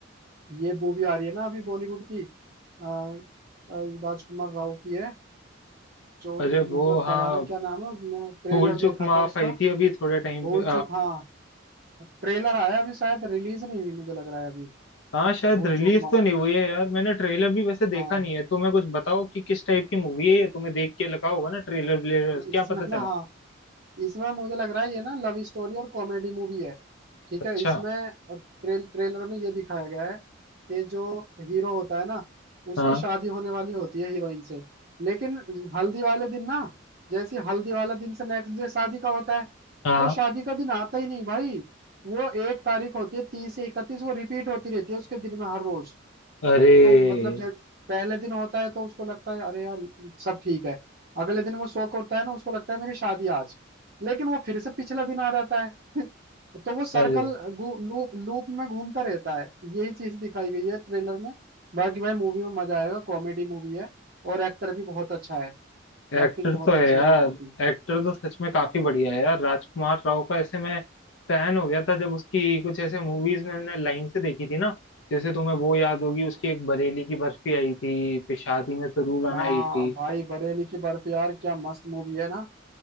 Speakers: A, on the right (about 50°); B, on the left (about 70°).
A: ये मूवी आ रही है ना अभी बॉलीवुड की आ, आ, राजकुमार राव की है जो
B: अरे वो
A: मतलब
B: हाँ
A: कलाना क्या नाम है मैं ट्रेलर
B: भूल
A: देखा
B: चूक माफ
A: था उसका
B: आई थी अभी थोड़े टाइम
A: भूल
B: पे
A: चूक हाँ ट्रेलर आया अभी शायद रिलीज नहीं हुई मुझे लग रहा है अभी
B: हाँ शायद
A: भूल
B: रिलीज
A: चूक माफ
B: तो नहीं हुई है यार मैंने ट्रेलर भी वैसे देखा
A: हाँ
B: नहीं है तुम्हें कुछ बताओ कि किस टाइप की मूवी है ये तुम्हें देख के लगा होगा ना ट्रेलर व्लेलर
A: इसमें
B: क्या पता चला
A: ना हाँ इसमें मुझे लग रहा है ये ना लव स्टोरी और कॉमेडी मूवी है ठीक
B: अच्छा
A: है इसमें अ, ट्रेल ट्रेलर में ये दिखाया गया है कि जो हीरो होता है ना उसकी
B: हाँ
A: शादी होने वाली होती है हीरोइन से लेकिन हल्दी वाले दिन ना जैसे हल्दी वाला दिन से नेक्स्ट डे शादी का होता है
B: हाँ
A: वो शादी का दिन आता ही नहीं भाई वो एक तारीख होती है तीस से इकतीस वो रिपीट होती रहती है उसके दिन में हर रोज
B: अरे
A: तो मतलब जैसे पहले दिन होता है तो उसको लगता है अरे यार सब ठीक है अगले दिन वो सो के उठता है ना उसको लगता है मेरी शादी आज लेकिन वो फिर से पिछला दिन आ जाता है <laughs> तो वो सर्कल
B: अरे
A: लूप लूप में घूमता रहता है यही चीज दिखाई गई है ट्रेलर में बाकी भाई मूवी में मजा आएगा कॉमेडी मूवी है और एक्टर भी बहुत अच्छा है
B: एक्टर
A: एक्टिंग बहुत
B: तो है
A: अच्छी
B: यार
A: है दोनों की
B: एक्टर तो सच में काफी बढ़िया है यार राजकुमार राव का ऐसे मैं फैन हो गया था जब उसकी कुछ ऐसे मूवीज मैंने लाइन से देखी थी ना जैसे तुम्हें वो याद होगी
A: हम्म।
B: उसकी एक बरेली की बर्फी आई थी फिर शादी में जरूर आना
A: हाँ
B: आई थी
A: भाई बरेली की बर्फ यार क्या मस्त मूवी है ना